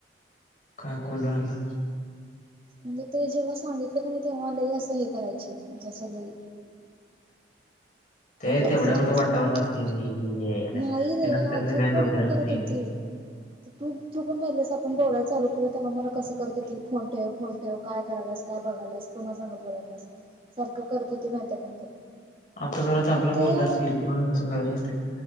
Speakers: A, on the left; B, on the right.
A: काय कुल राहिलं.
B: म्हणजे ते जेव्हा सांगितलं ख नाही तेव्हा लई असं हे करायची जसं लई
A: ते
B: हे
A: तेवढ्यावरच
B: असं हाय
A: वातावरण
B: अस
A: असते रे यायला, ते
B: नाही रे
A: नंतर
B: अजून
A: न काय
B: पण
A: डोक्यात
B: मग
A: राहते
B: करत होती
A: ते
B: तू तू पण म्हहितलंस आपण बोलायला चालू केलं तेव्हा मला कसं करत होती फोन ठेव फोन ठेव काय करायलास काय बघायलास पुन्हा संग बोलाल्यास सारखं करत होती माहितीय काय तुला
A: आता जरा चांगलं
B: आता
A: बोलत असतील, म्हणून तसं करत असतील.